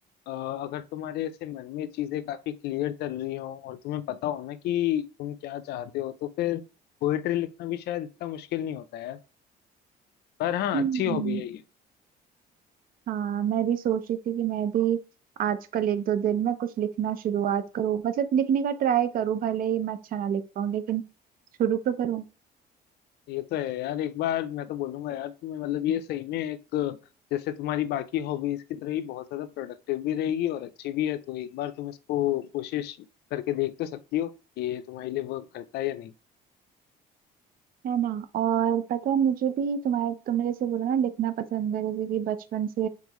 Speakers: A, on the left (about 75°); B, on the right (about 55°).
A: अ, अगर तुम्हारे ऐसे मन में चीजें काफी क्लियर चल रही हो और तुम्हें पता हो ना कि तुम क्या चाहते हो तो फिर पोएट्री लिखना भी शायद इतना मुश्किल नहीं होता यार पर हाँ
B: हम्म
A: अच्छी हॉबी है ये
B: हाँ मैं भी सोच रही थी कि मैं भी आजकल एक दो दिन में कुछ लिखना शुरुआत करूँ मतलब लिखने का ट्राई करूँ भले ही मैं अच्छा ना लिख पाऊँ लेकिन शुरू तो करूँ
A: ये तो है यार एक बार मैं तो बोलूंगा यार तुम्हें मतलब ये सही में एक जैसे तुम्हारी बाकी हॉबीज की तरह ही बहुत ज्यादा प्रोडक्टिव भी रहेगी और अच्छी भी है तो एक बार तुम इसको कोशिश करके देख तो सकती हो कि ये तुम्हारे लिए वर्क करता है या नहीं
B: है ना और पता है मुझे भी तुम्हारे तुमने जैसे बोला ना लिखना पसंद है जैसे कि बचपन से